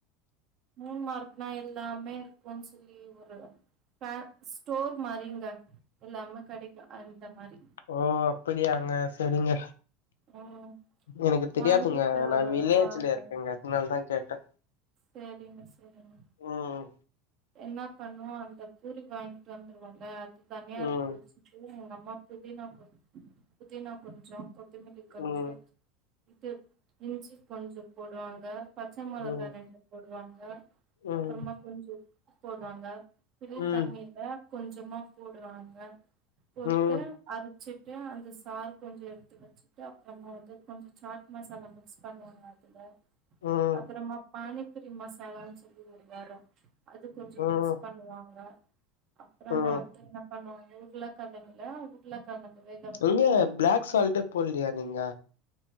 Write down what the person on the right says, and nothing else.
மூன் மார்க்னா எல்லாமே இருக்குன் சொல்லி ஒரு ஃபேன் ஸ்டோர் மாரிங்க எல்லாமே கெடைக்கு அந்த மாரி
ம்
வாங்கிட்டு
வாங்க
சேரிங்க செரிங்க
என்னாப் பண்ணுவோ அந்தப் பூரி வாங்கிட்டு வந்துருவோங்க அது தனியா
எடுத்து வச்சுட்டு எங்கம்மாப் புதினா கொ புதினா கொஞ்சோ கொத்தமிலி கொஞ்சோ
இது இஞ்சி கொஞ்சப் போடுவாங்க பச்ச மெளகா
ரெண்டுப் போடுவாங்க
அப்றமா கொஞ்சோப் போடுவாங்க இலியித்
தண்ணி இருந்தா கொஞ்சமாப் போடுவாங்க போட்டு
அரச்சிட்டு அந்த சாரு கொஞ்சோ எடுத்து வச்சுட்டு அப்றமா வந்து கொஞ்சோ சாட் மசாலா மிக்ஸ் பண்ணுவாங்க அதுல
அப்பறமா பானிப்புரி மசாலான் சொல்லி ஒருவாரோ அதுக் கொஞ்சோ
மிக்ஸ் பண்ணுவாங்க அப்றமா
வந்து என்னப் பண்ணுவாங்க உருளக்கெழங்குல உருளக்கெழங்கு வேக்